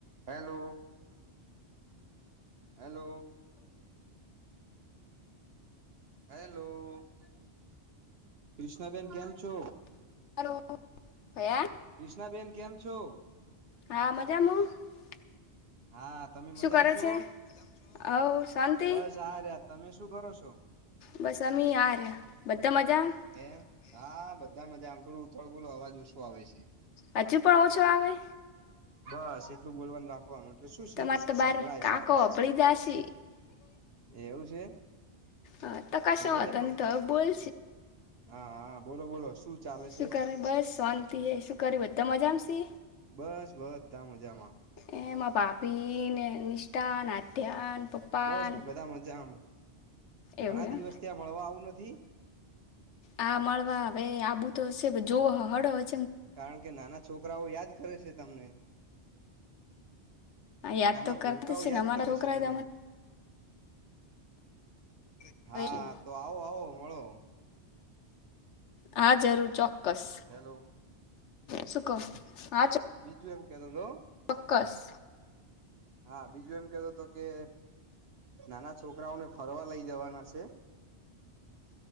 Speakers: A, on the right; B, on the left.
A: Hello. Hello. Hello. ક્રિષ્ણાબેન કેમ છો?
B: <unintelligible>
A: ક્રિષ્નાબેન કેમ છો?
B: હા મજામાં. <unintelligible>
A: હા તમે મજામાં
B: શું કરે
A: છો?
B: છે હવ શાંતિ
A: બસ આ રહ્યા તમે શું કરો છો?
B: બસ અમી આ રહ્યા બધા મજામાં? <unintelligible>
A: હે હા બધા મજામાં આમ થોડું ઉતાવળું બોલો અવાજ ઓછો આવે છે.
B: હજુ પણ ઓછો આવે?
A: બસ એટલું બોલવાનું રાખવાનું એટલે શું છે
B: તમારે તો
A: સંભળાય
B: બાર કાકો
A: સારું.
B: અભળી જાશી
A: એવું છે?
B: હ તો કશો વાંધો
A: નહી પણ
B: નઇ તો હવે બોલ.
A: હા હા બોલો બોલો શું ચાલે
B: શું
A: છે
B: કરે બસ શાંતિ એ શું કરે બધા મજામાં છે?
A: બસ બધા મજામાં.
B: એ માર ભાભી ને નિષ્ઠા <unintelligible>
A: બસ
B: ન
A: બધા મજામાં,
B: એવું
A: ઘણા
B: એમ
A: દિવસ થીયા આ મળવા આવું નથી?
B: આ મળવા હવે આબું તો શે પણ જો <unintelligible>
A: કારણ કે નાના છોકરાઓ યાદ કરે છે તમને.
B: યાદ
A: નાના
B: તો
A: ભૂલકાઓ
B: કરતી છે ને
A: યાદ
B: અમારા
A: કરે
B: છોકરા
A: છે તમને.
B: એ યાદ
A: હા તો આવો આવો મળો.
B: હા જરૂર ચોક્કસ,
A: હેલો
B: શું ક હા
A: તું એમ કેતો તો
B: ચોક્કસ.
A: હા, બીજું એમ કેતો હતો કે નાના છોકરાઓને ફરવા લઈ જવાના છે